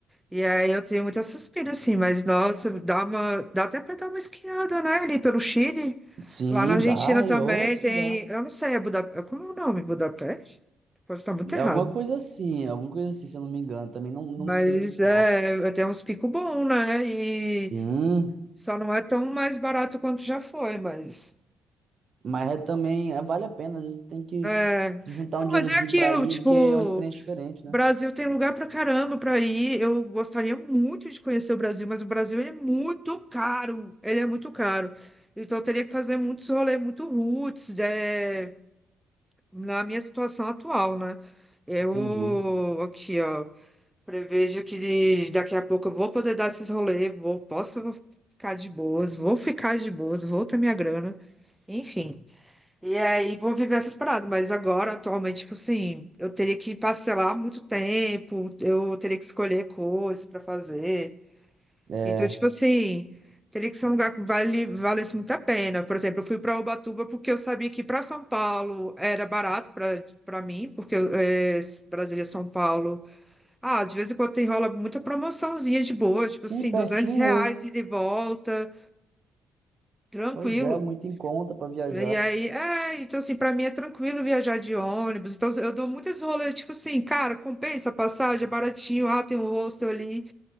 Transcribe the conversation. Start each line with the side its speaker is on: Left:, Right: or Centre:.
Centre: E aí eu tenho muita suspira, assim, mas nossa, dá uma, dá até para dar uma esquiada, né, ali pelo Chile.
Right: Sim,
Centre: Lá na Argentina
Right: dá,
Centre: também
Right: e ô, se
Centre: tem,
Right: dá.
Centre: eu não sei, é Budapeste, como é o nome? Budapeste? Pode estar muito
Right: É
Centre: errado.
Right: alguma coisa assim, alguma coisa assim, se eu não me engano. Também não, não
Centre: Mas
Right: sei de qual.
Centre: é, tem uns picos bons, né? E
Right: Sim,
Centre: só não é tão mais barato quanto já foi, mas...
Right: Mas é também, é, vale a pena, às vezes tem que
Centre: É,
Right: se juntar
Centre: não,
Right: um dinheirozinho
Centre: mas é aquilo,
Right: pra ir,
Centre: tipo...
Right: porque é uma experiência diferente,
Centre: Brasil
Right: né?
Centre: tem lugar pra caramba pra ir. Eu gostaria muito de conhecer o Brasil, mas o Brasil ele é muito caro. Ele é muito caro. Então eu teria que fazer muitos rolês, muito roots, né, na minha situação atual, né? Eu
Right: Entendi.
Centre: aqui, ó, prevejo que de- daqui a pouco eu vou poder dar esses rolês, vou, posso ficar de boas, vou ficar de boas, vou ter minha grana, enfim. E aí vou viver essas paradas, mas agora, atualmente, tipo assim, eu teria que parcelar muito tempo, eu teria que escolher coisas pra fazer.
Right: É,
Centre: Então, tipo assim, teria que ser um lugar que vale, valesse muito a pena. Por exemplo, eu fui pra Ubatuba porque eu sabia que pra São Paulo era barato pra para mim, porque é, Brasília, São Paulo. Ah, de vez em quando tem rola muita promoçãozinha de boa, tipo
Right: sim,
Centre: assim,
Right: pertinho,
Centre: 200 reais
Right: né?
Centre: ida e de volta, tranquilo.
Right: Pois é, muito em conta pra viajar.
Centre: E aí, é, então assim, pra mim é tranquilo viajar de ônibus. Então eu dou muitas rolês, tipo assim, cara, compensa a passagem, é baratinho, ah, tem um hostel ali,